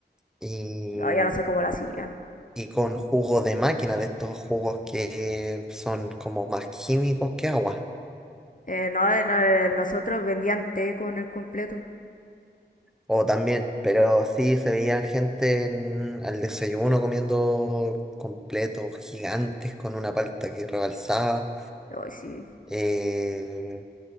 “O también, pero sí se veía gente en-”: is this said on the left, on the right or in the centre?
Centre